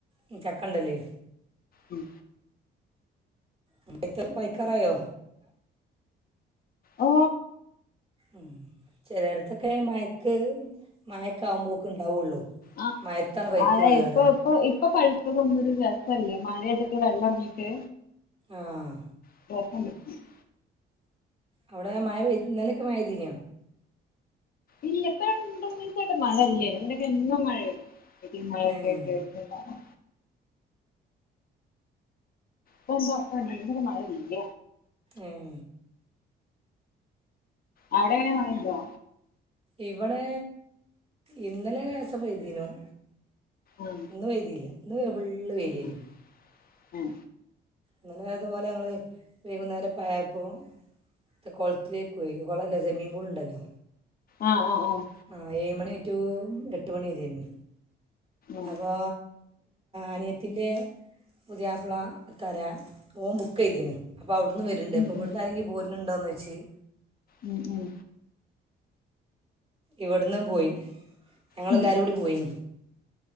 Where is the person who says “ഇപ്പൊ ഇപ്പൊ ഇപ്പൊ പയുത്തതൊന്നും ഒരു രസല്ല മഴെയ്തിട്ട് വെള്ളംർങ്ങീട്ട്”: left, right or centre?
Left